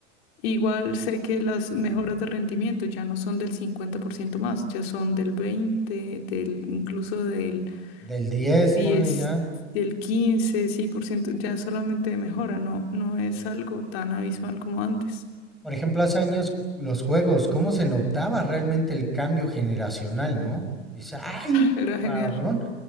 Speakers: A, on the left; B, in the centre.
A: Igual sé que las mejoras de rendimiento ya no son del 50% más, ya son del veinte del incluso del
B: Del diez,
A: diez
B: ponle ya.
A: del quince sí, por ciento, ya solamente de mejora, no, no es algo tan abismal como antes.
B: Por ejemplo, hace años los juegos, cómo se notaba realmente el cambio generacional, ¿no? Dice, ay,
A: Era
B: cabrón.
A: genial,